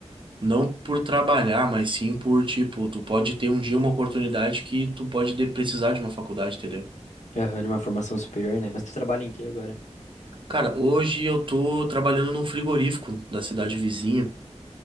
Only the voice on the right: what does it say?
não por trabalhar, mas sim por, tipo, tu pode ter um dia uma oportunidade que tu pode de- precisar de uma faculdade, entendeu?
Cara, hoje eu tô trabalhando num frigorífico da cidade vizinha.